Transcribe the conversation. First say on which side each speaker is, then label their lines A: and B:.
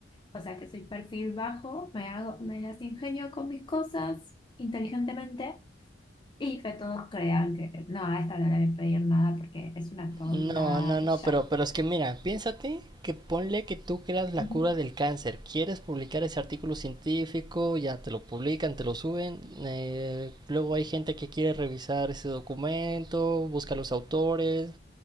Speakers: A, on the left (about 25°); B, on the right (about 20°).
A: O sea que soy perfil bajo, me hago, me las ingenio con mis cosas inteligentemente. Y que todos crean que no, a esta no le voy a pedir nada porque es una tonta
B: No, no, no,
A: y ya.
B: pero, pero es que mira, piénsate que ponle que tú creas la
A: Ujú,
B: cura del cáncer, quieres publicar ese artículo científico, ya te lo publican, te lo suben, eh, luego hay gente que quiere revisar ese documento, busca los autores